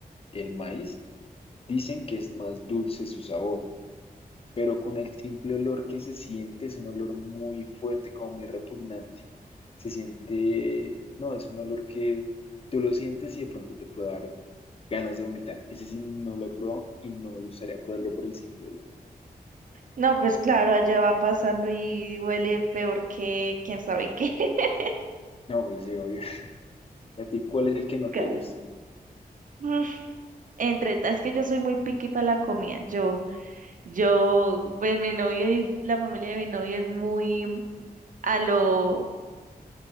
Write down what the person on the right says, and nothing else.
No, pues claro, allá va pasando y huele peor que quién sabe qué. <laughs>
Gas.
Mm, Entre, es que yo soy muy picky para la comida. Yo, yo, pues mi novio y la familia de mi novio es muy a lo,